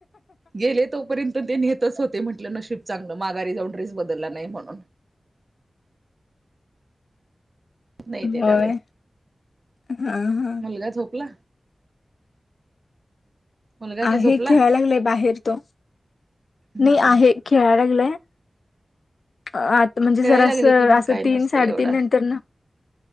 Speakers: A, on the right; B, on the left.
A: गेलेत. तोपर्यंत तेनि येतच होते म्हटलं नशीब चांगलं माघारी जाऊन ड्रेस बदलला नाही म्हणून नाही ते
B: होय
A: त्यावेळे
B: हा हा
A: मुलगा झोपला? मुलगा काय
B: आहे
A: झोपला
B: खेळायला लागलंय बाहेर तो
A: होय.
B: नाही आहे खेळायला लागलाय. आता म्हणजे
A: खेळायला
B: जर असं
A: लागली की मग
B: असं
A: काय नसतं
B: तीन साडेतीन
A: एवढं
B: नंतर न.